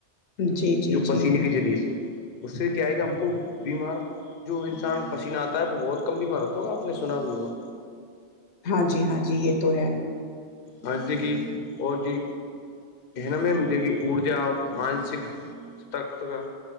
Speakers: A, on the left; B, on the left.
A: جی جی
B: جو پسینے
A: جی
B: کے ذریعے سے اس سے کیا ہے کہ ہم کو بیمار جو انسان پسینہ آتا ہے وہ بہت کم بیمار ہوتا ہوگا آپ نے سنا بھی ہوگا
A: ہاں جی ہاں جی یہ تو ہے
B: ہج د کی اور جی ا میں جو کہ ارجا اور مانسک سترک کا